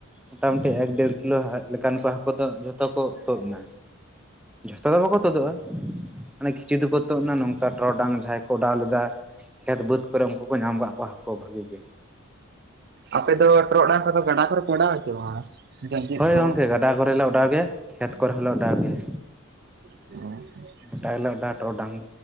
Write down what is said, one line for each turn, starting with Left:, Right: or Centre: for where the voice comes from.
Centre: ᱢᱳᱴᱟᱢᱩᱴᱤ ᱮᱠ ᱰᱮᱲ ᱠᱤᱞᱳ ᱞᱮᱠᱟᱱ ᱠᱚ ᱦᱟᱹᱠᱩ ᱫᱚ ᱡᱷᱚᱛᱚ ᱠᱚ ᱛᱩᱫ ᱮᱱᱟ᱾ ᱡᱷᱚᱛᱚ ᱫᱚ ᱵᱟᱠᱚ ᱛᱩᱫᱚᱜᱼᱟ, ᱢᱟᱱᱮ ᱠᱤᱪᱷᱩ ᱫᱚᱠᱚ ᱛᱩᱫ ᱮᱱᱟ ᱱᱚᱝᱠᱟ ᱴᱚᱨᱚᱰᱟᱝ ᱡᱟᱦᱟᱸᱭ ᱠᱚ ᱚᱰᱟᱣ ᱞᱮᱫᱟ ᱠᱷᱮᱛ ᱵᱟᱹᱫᱽ ᱠᱚᱨᱮ ᱩᱱᱠᱩ ᱠᱚ ᱧᱟᱢ ᱟᱠᱟᱫ ᱠᱚᱣᱟ ᱦᱟᱹᱠᱩ ᱵᱷᱟᱹᱜᱤ ᱜᱮ ᱾
Right: ᱟᱯᱮ ᱫᱚ ᱴᱚᱨᱚᱰᱟᱝ ᱠᱚᱫᱚ ᱜᱟᱰᱟ ᱠᱚᱨᱮ ᱯᱮ ᱳᱰᱟᱣ ᱟᱥᱮ ᱵᱟᱝ? ᱡᱟᱸᱡᱤᱫ
Centre: ᱦᱳᱭ
Right: ᱠᱚ
Centre: ᱜᱚᱝᱠᱮ ᱜᱟᱰᱟ ᱠᱚᱨᱮᱞᱮ ᱚᱰᱟᱣ ᱜᱮᱭᱟ ᱠᱷᱮᱛ ᱠᱚᱨᱮ ᱦᱚᱸᱞᱮ ᱚᱰᱟᱣ ᱜᱮᱭᱟ᱾
Right: ᱳᱻ
Centre: ᱜᱚᱴᱟ ᱜᱮᱞᱮ ᱳᱰᱟᱣ-ᱟ ᱴᱚᱨᱚᱰᱟᱝ᱾